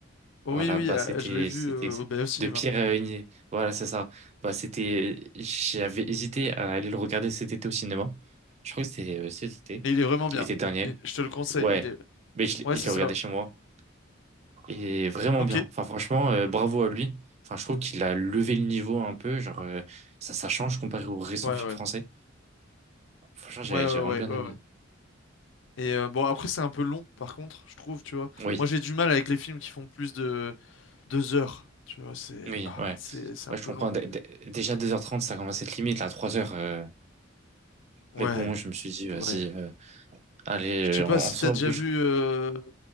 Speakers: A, on the left (about 65°); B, on the right (about 35°).
A: oui,
B: Voilà,
A: oui,
B: bah
A: euh,
B: c'était.
A: je l'ai vu
B: c'était
A: euh, au ben, au cinéma.
B: De Pierre euh, Igné. Voilà, c'est ça. Bah c'était. J'avais hésité à aller le regarder cet été au cinéma. Je crois que c'était euh, cet été,
A: Et il est vraiment bien.
B: l'été dernier.
A: Et je te le conseille.
B: Ouais,
A: Il est...
B: mais je, l'ai
A: Ouais, c'est
B: je l'ai
A: ça.
B: regardé
A: ouais.
B: chez moi. Et vraiment
A: Ok.
B: bien. Enfin, franchement, euh, bravo à lui. Enfin, je trouve qu'il a levé le niveau un peu. Genre, euh, ça, ça change comparé aux récents
A: Ouais,
B: films
A: ouais.
B: français. Franchement, j'ai
A: Ouais,
B: j'ai
A: ouais,
B: vraiment
A: ouais,
B: bien
A: ouais,
B: aimé.
A: ouais. Et euh, bon, après, c'est un peu long, par contre, je trouve, tu vois.
B: Oui.
A: Moi, j'ai du mal avec les films qui font plus de deux heures. Tu vois, c'est
B: Oui,
A: ah,
B: ouais.
A: c'est c'est un
B: Ouais, je
A: peu
B: comprends.
A: long.
B: Dé- dé- Déjà deux heures trente, ça commence à être limite, là, trois heures, euh,
A: Ouais,
B: Mais bon, je me suis dit, vas-y,
A: ouais.
B: euh, allez,
A: Je
B: euh,
A: sais pas
B: on,
A: si
B: on sort
A: t'as déjà
B: au bûche.
A: vu euh,